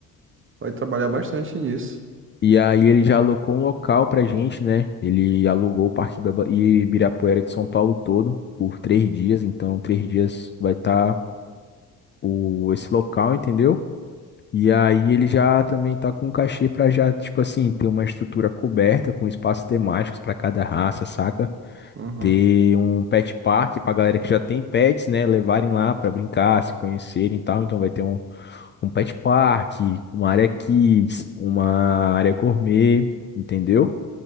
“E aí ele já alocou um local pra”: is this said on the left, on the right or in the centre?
Left